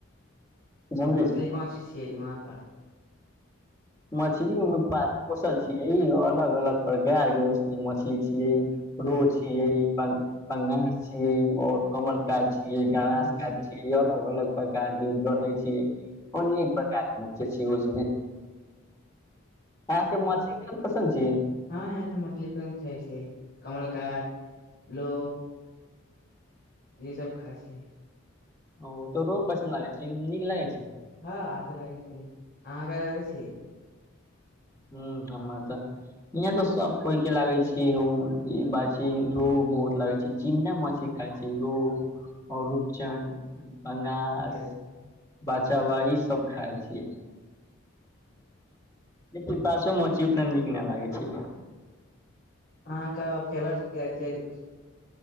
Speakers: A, on the left (about 15°); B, on the left (about 50°).
A: समझे
B: मछली कनसी छियै वहाँ का
A: मछली ओईमे पास पोषल छियै अलग अलग प्रकार के मछली छियै रो छियै पंगास छियै और कमल काज छियै गनास
B: जी
A: काज छिय अलग अलग प्रकार के गढ़े छियै अनेक प्रकार के मचे छी उसमे आँहा के मछली खूब पसंद छी
B: हँ यहाँ तऽ मछली फ छै छै कमल कट लो य सब खासी
A: ओ तो रो पसन्द लागैत छ नीक लागैत छी
B: हँ आच्छा लगै छी अहाँके लागै छी
A: ह हमरा तऽ इहाँ तऽ सब कोई के लागै छियै ई बात रोहु बहुत लागै छै जिन्दा मछली खाई छै रो आओ रुपचन बंगास
B: यस।
A: बचा ई सब खाय छी लेकिन बासो मछी उतना नीक न लागे छै
B: अहाँके फेमस